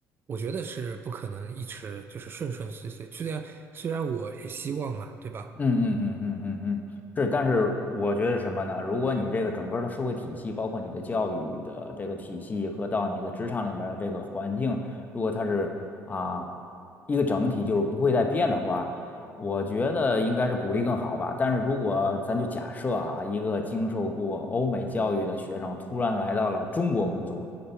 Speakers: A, on the right; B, on the left.
A: 我觉得是不可能一直就是顺顺遂遂，虽然虽然我也希望嘛，对吧？
B: 嗯嗯嗯嗯嗯嗯，是，但是我觉得什么呢？如果你这个整个的社会体系，包括你的教育的这个体系和到你的职场里面的这个环境，如果它是啊一个整体，就是不会再变的话，我觉得应该是鼓励更好吧。但是如果咱就假设啊，一个经受过欧美教育的学生突然来到了中国工作，